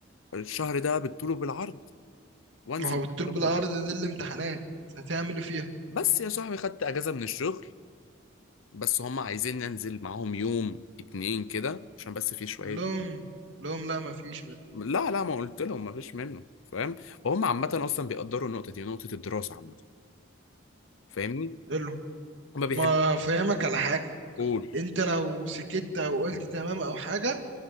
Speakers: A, on the left; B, on the right.
A: الشهر ده بالطول وبالعرض وأنزل
B: راحوا بالطول
A: بقى
B: بالعرض
A: الشغل براحتي
B: دي الامتحانات هتعمل ايه فيها
A: بس يا صاحبي خدت أجازة من الشغل بس هم عايزين ننزل معاهم يوم اتنين كده عشان بس في شوية
B: قال لهم قال لهم لا ما فيش منه
A: لا لا ما قلت لهم ما فيش منه فاهم وهم عامة أصلا بيقدروا النقطة دي نقطة الدراسة عامة فاهمني
B: قال له
A: ما بيحبوش
B: ما فهمك على حاجة
A: قول
B: انت لو سكت او قلت تمام او حاجة